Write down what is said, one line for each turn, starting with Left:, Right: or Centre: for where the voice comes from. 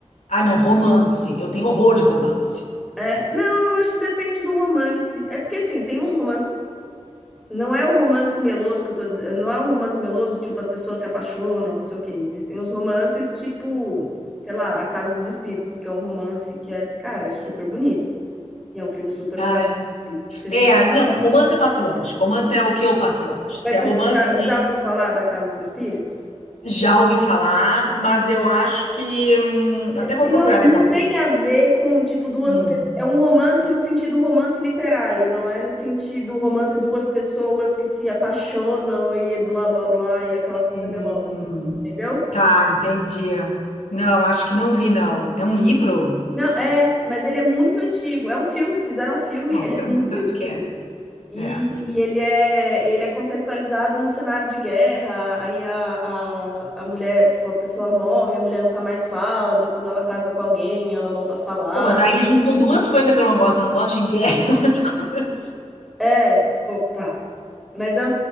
Left: Ah, não, romance. Eu tenho horror de romance.
Centre: é, Não, eu acho que depende do romance. É porque, assim, tem uns romances. Não é o romance meloso que eu tô dizendo. Não é o romance meloso, tipo, as pessoas se apaixonam, não sei o quê. Existem os romances, tipo, sei lá, A Casa dos Espíritos, que é um romance que é, cara, é super bonito. E é um filme super
Left: Ai,
Centre: legal de assistir. Você
Left: é,
Centre: já,
Left: não, romance eu passo longe. Romance é o que eu passo longe. Se
Centre: mas
Left: é
Centre: você
Left: romance,
Centre: já,
Left: né,
Centre: já ouviu falar da Casa dos Espíritos?
Left: já ouvi falar, mas eu acho que. hum, até vou
Centre: E
Left: procurar
Centre: Não, não
Left: depois.
Centre: tem a ver com, tipo, duas...
Left: Hum,
Centre: pe- É um romance no sentido romance literário, não é no sentido romance duas pessoas que se apaixonam e blá, blá, blá, e aquela coisa
Left: hum.
Centre: melosa, entendeu?
Left: Tá, entendi. Não, acho que não vi, não. É um livro?
Centre: Não, é, mas ele é muito antigo. É um filme, fizeram um filme,
Left: Ah,
Centre: ele
Left: então,
Centre: é muito
Left: então
Centre: antigo.
Left: esquece.
Centre: E,
Left: É.
Centre: e ele é ele é contextualizado num cenário de guerra, aí a, a, a mulher, tipo, a pessoa morre, a mulher nunca mais fala, depois ela casa com alguém, ela volta a falar.
Left: Pô, mas aí juntou duas coisas que eu não gosto. Eu não gosto de guerra, <laughs> eu gosto de conversa.
Centre: É, tipo, pá. Mas é um,